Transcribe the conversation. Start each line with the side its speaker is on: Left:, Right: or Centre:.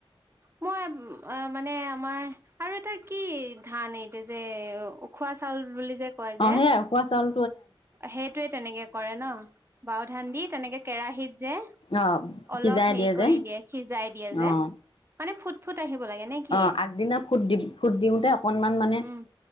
Right: মই অ মানে আমাৰ আৰু এটা কি ধান এইতিয়া যে উখোৱা চাউল বুলি যে কয় যে
Left: অ সেয়াই খোৱা চাউল
Right: সেইটোৱে তেনেকে কৰে ন বাও ধান দি তেনেকে কেৰাহিত যে
Left: অ
Right: অলপ
Left: সিজাই
Right: হেৰি কৰি
Left: যে
Right: দিয়ে সিজাই দিয়ে যে
Left: অ
Right: মানে ফুট ফুট আহিব লাগে নে কি
Left: অ আগদিনা ফুট দি ফুট দিওঁতে অকনমান মানে
Right: উম